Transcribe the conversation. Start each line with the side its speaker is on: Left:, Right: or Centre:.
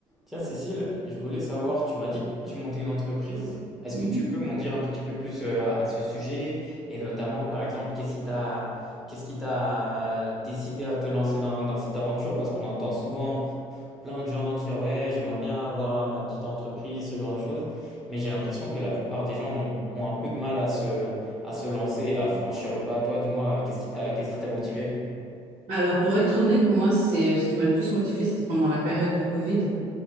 Centre: Tiens, Cécile, je voulais savoir, tu m'as dit que tu montais une entreprise. Est-ce
Right: Mhm.
Centre: que tu peux m'en dire un petit peu plus euh, à ce sujet? Et notamment, par exemple, qu'est-ce qui t'a, qu'est-ce qui t'a décidé à te lancer dans, dans cette aventure? Parce qu'on entend souvent plein de gens dire, ouais, j'aimerais bien avoir ma petite entreprise, ce genre de choses. Mais j'ai l'impression que la plupart des gens ont, ont un peu de mal à se, à se lancer, à franchir le pas. Toi, dis-moi, qu'est-ce qui t'a, qu'est-ce qui t'a motivé?
Right: Alors, pour être honnête, moi, c'est euh, ce qui m'a le plus motivée, c'était pendant la période de Covid.